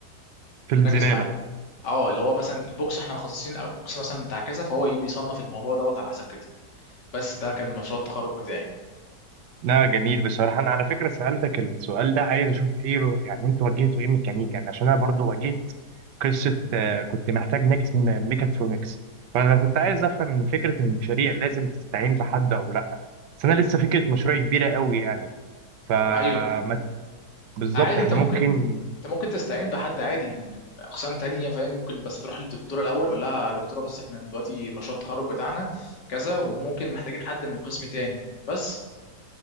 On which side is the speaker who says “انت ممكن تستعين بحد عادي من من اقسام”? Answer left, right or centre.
Left